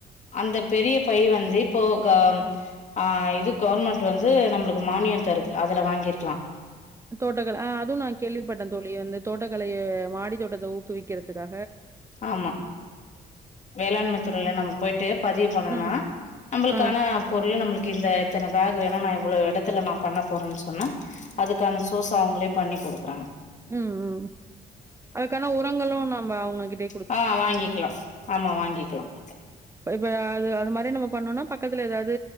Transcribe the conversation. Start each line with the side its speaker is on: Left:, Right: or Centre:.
Left: அந்த பெரிய பை வந்து இப்போ க
Right: ம்
Left: ஹா இது கவர்மெண்ட் வந்து நம்மளுக்கு மானியம் தருது அதல வாங்கிருக்கலாம்
Right: தோட்டகல ஹா அதுவும் நா கேள்விப்பட்டேன் தோழி வந்து தோட்டக்கலய மாடி தோட்டத்த ஊக்குவிக் கறதுக்கா
Left: ஆமா வேளாண்மை துறையில நம்ம போயிட்டு பதிவு பண்ணும்
Right: ம்
Left: நம்மளுக்கான
Right: ஆ
Left: பொருள் நம்மளுக்கு இந்த இத்தனை பேக் வேணும் நா எவ்வளவு வேணும் இடத்துல நா பண்ண போறேன்னு சொன்ன அதுக்கான சோஸ் அவுங்களே பண்ணி கொடுக்குறாங்க
Right: உம் உம் அதுக்கான உரங்களும் நாம அவுங்ககிட்ட
Left: ஹா வாங்கிக்கலாம் ஆமா வாங்கிக்கலாம்
Right: ப்ப அது அது மாரி நம்ம பண்ணோன்னா பக்கத்தில ஏதாவது